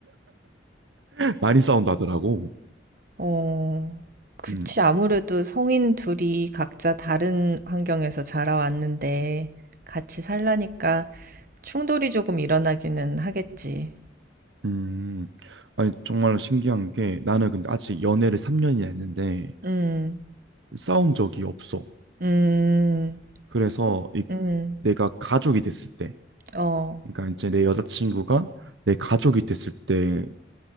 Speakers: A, on the right; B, on the right.
A: <laughs> 많이 싸운다더라고.
B: 어, 그치.
A: 음.
B: 아무래도 성인 둘이 각자 다른 환경에서 자라왔는데 같이 살라니까 충돌이 조금 일어나기는 하겠지.
A: 음. 아니 정말 신기한 게 나는 근데 아직 연애를 3년이나 했는데
B: 음,
A: 싸운 적이 없어.
B: 음,
A: 그래서 이
B: 음,
A: 내가 가족이 됐을 때
B: 어.
A: 그러니까 이제 내 여자친구가 내 가족이 됐을 때